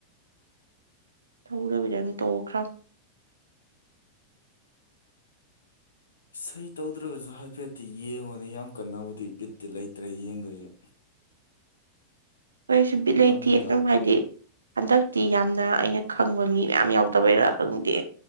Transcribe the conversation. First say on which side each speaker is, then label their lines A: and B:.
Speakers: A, on the right; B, on the left.
A: ꯊꯧꯗꯕꯤꯗ ꯑꯗꯨꯝ ꯇꯣꯛꯈ꯭ꯔꯝꯅꯤ
B: ꯏꯁꯩ ꯇꯧꯗ꯭ꯔꯒꯁꯨ ꯍꯥꯏꯐꯦꯠꯇꯤ ꯌꯦꯡꯉꯨꯅꯤ ꯌꯥꯝ ꯀꯟꯅꯕꯨꯗꯤ ꯕꯤꯠꯇꯤ ꯂꯩꯇ꯭ꯔꯦ ꯌꯦꯡꯗꯨꯏꯁꯦ
A: <inaudible> ꯑꯩꯁꯨ ꯕꯤꯠ ꯂꯩꯇꯦ
B: ꯇꯝꯃꯤꯀꯥꯟ
A: ꯗꯨꯝ ꯍꯥꯏꯗꯤ ꯍꯟꯗꯛꯇꯤ ꯌꯥꯝꯅ ꯑꯩꯅ ꯈꯪꯕ ꯃꯤ ꯃꯌꯥꯝ ꯌꯥꯎꯗꯕꯩꯔꯥ ꯈꯪꯗꯦ